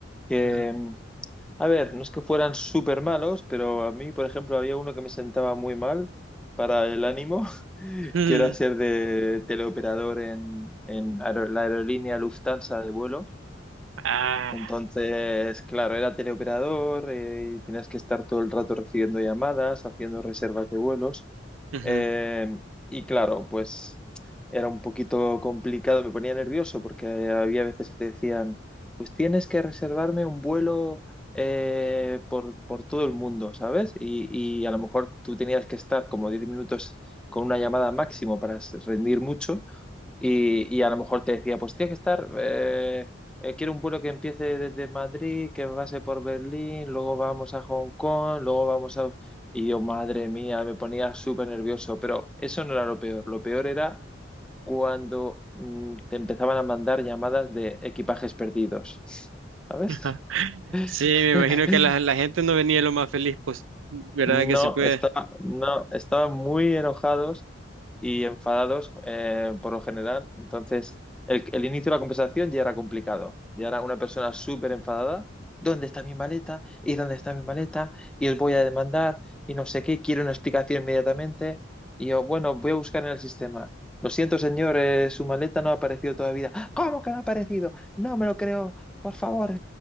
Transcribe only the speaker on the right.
Ujú.
<laughs>
Ah.
Ujú.
<laughs> Sí,
me imagino que la, la gente no venía lo más feliz, pues, ¿verdad
que se puede?